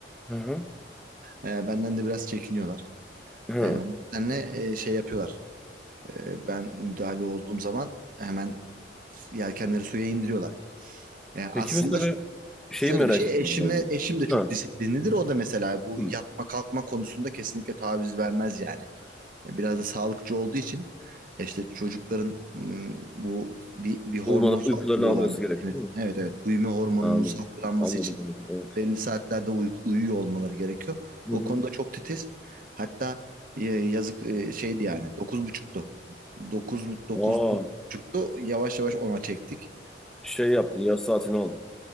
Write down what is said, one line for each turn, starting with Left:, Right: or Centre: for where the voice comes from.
Centre: Hı hı.
Right: E, benden de biraz çekiniyorlar.
Centre: Hı.
Right: E, o nedenle e, şey yapıyorlar. E, ben müdahale olduğum zaman hemen yelkenleri suya indiriyorlar. E, aslında
Centre: Peki mesela şeyi
Right: Şöyle
Centre: merak
Right: bir şey
Centre: ediyorum
Right: eşime eşim de çok
Centre: ben ya. Ha,
Right: disiplinlidir. O da mesela bu
Centre: hı.
Right: yatma kalkma konusunda kesinlikle taviz vermez yani. E, Biraz da sağlıkçı olduğu için e, işte çocukların mm, bu bir, bir hormon
Centre: Uyuma, uykularını
Right: salgılıyorlar.
Centre: alması gerek
Right: Evet
Centre: değil mi?
Right: evet evet. Büyüme hormonunun
Centre: Anladım.
Right: salgılanması
Centre: Anladım
Right: için
Centre: anladım. Evet.
Right: belli saatlerde uy- uyuyor olmaları gerekiyor.
Centre: Hı
Right: O
Centre: hı.
Right: konuda çok titiz. Hatta e, yazık e, şeydi yani dokuz buçuktu dokuz dokuz
Centre: Aa,
Right: buçuktu. Yavaş yavaş ona çektik.
Centre: şey yaptın yaz saatini aldın.